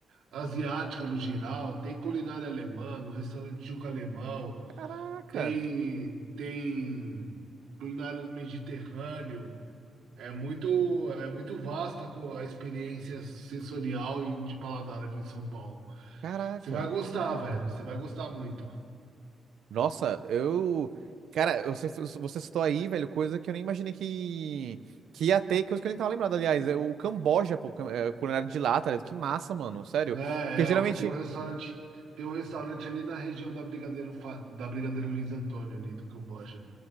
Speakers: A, on the right (about 90°); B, on the right (about 70°).
A: asiática no geral, tem culinária alemã, no restaurante Juca Alemão.
B: Caraca,
A: tem tem culinária do Mediterrâneo. É muito é muito vasta co- a experiência sensorial e de paladar aqui em São Paulo.
B: caraca.
A: Você vai gostar, velho. Você vai gostar muito.
B: Nossa, eu. Cara, eu sei- você citou aí, velho, coisa que eu nem imaginei que, que ia ter, coisa que eu nem tava lembrado, aliás. É o Camboja, pô, cam- é, culinária de lá, tá ligado? Que massa, mano, sério.
A: É,
B: Porque
A: é,
B: geralmente
A: o- tem um restaurante, tem um restaurante ali na região da Brigadeiro Fa- da Brigadeiro Luiz Antônio ali do Camboja.